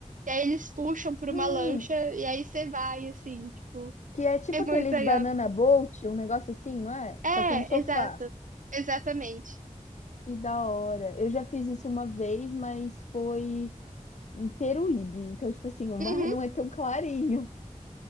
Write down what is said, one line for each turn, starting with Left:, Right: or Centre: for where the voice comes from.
Right: E aí eles puxam por uma
Left: Hum,
Right: lancha, e aí você vai, assim, tipo.
Left: que é tipo
Right: É muito
Left: aqueles
Right: legal.
Left: banana boat, um negócio assim, não é?
Right: É,
Left: Só que é um sofá.
Right: exato. Exatamente.
Left: Que da hora. Eu já fiz isso uma vez, mas foi em Peruíbe. Então, tipo assim, o mar
Right: Uhum.
Left: não é tão clarinho.